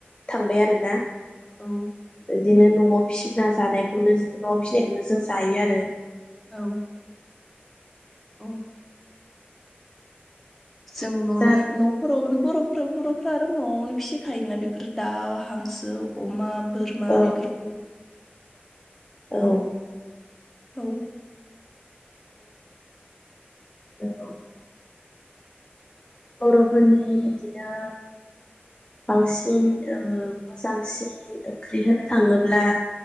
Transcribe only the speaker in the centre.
औ
औ अ' जों न'नि
नफोराव बर'फ्रा बर'फ्रा आरो न'आवनो फिसिखायोना बेफोर दाउ, हांसो, अमा। बोरमा
बेफोरखौ
औ